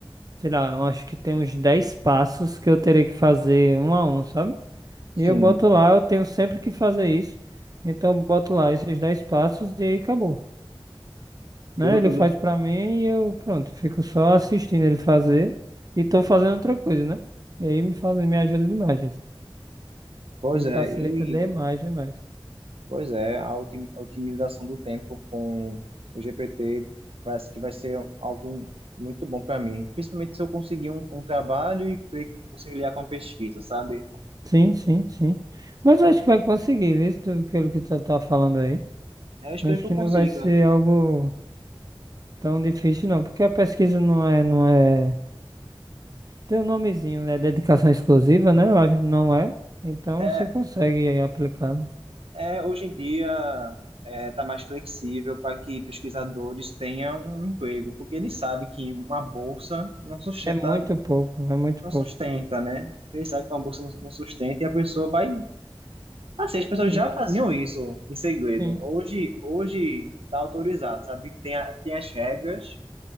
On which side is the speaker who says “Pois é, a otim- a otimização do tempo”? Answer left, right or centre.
Right